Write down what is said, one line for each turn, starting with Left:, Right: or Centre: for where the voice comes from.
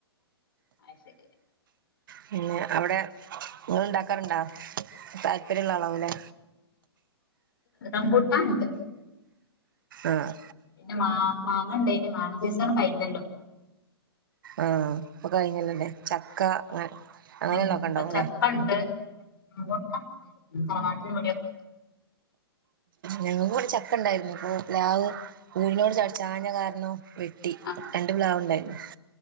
Left: അത് ശരി
Right: പിന്നെ അവിടെ നിങ്ങൾ ഉണ്ടാക്കാറുണ്ടാ താല്പര്യംള്ള ആളാവലേ
Left: റംബൂട്ടാണ്ട്
Right: ആഹ്
Left: പിന്നെ മാ മാങ്ങ ഉണ്ടനി മാങ്ങ സീസൺ കഴിഞ്ഞല്ലോ
Right: ആഹ് ഇപ്പൊ കഴിഞ്ഞല്ലല്ലേ ചക്ക അ അങ്ങനെയള്ളൊക്കെ
Left: ഉം,
Right: ഉണ്ടാവലെ
Left: <unintelligible>
Right: ഞങ്ങക്ക്വ്ടെ ചക്കണ്ടായിരുന്നു ഉം. പ്ലാവ് വീട്നോട് ചാട് ചാഞ്ഞ കാരണം വെട്ടി
Left: ആ
Right: രണ്ടു പ്ലാവ്ണ്ടയിരുന്നു.